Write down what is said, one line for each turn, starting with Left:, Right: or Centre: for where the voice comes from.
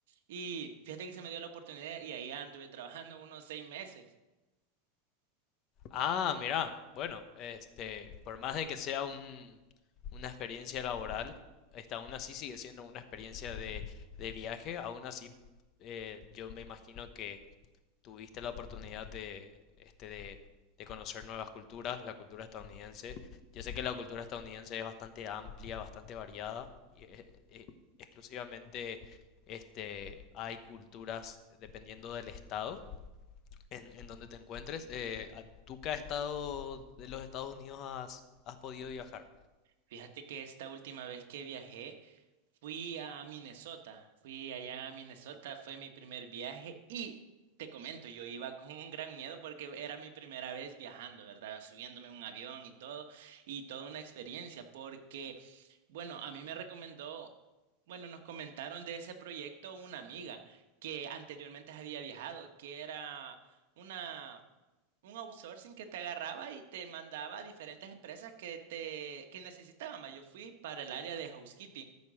Right: Y fíjate que se me dio la oportunidad y ahí anduve trabajando unos seis meses.
Left: Ah, mira, bueno, este, por más de que sea un, una experiencia laboral, esta aún así sigue siendo una experiencia de, de viaje, aún así eh, yo me imagino que tuviste la oportunidad de, este, de, de conocer nuevas culturas, la cultura estadounidense. Yo sé que la cultura estadounidense es bastante amplia, bastante variada, y eh, eh, exclusivamente este, hay culturas dependiendo del estado en, en donde te encuentres. Eh, ¿a- ¿tú qué estado de los Estados Unidos has, has podido viajar?
Right: Fíjate que esta última vez que viajé fui a Minnesota, fui allá a Minnesota, fue mi primer viaje y te comento, yo iba con un gran miedo porque era mi primera vez viajando, ¿verdad? Subiéndome a un avión y todo, y toda una experiencia porque, bueno, a mí me recomendó, bueno, nos comentaron de ese proyecto una amiga que anteriormente había viajado, que era una... un outsourcing que te agarraba y te mandaba a diferentes empresas que te que necesitaban. va. Yo fui para el área de housekeeping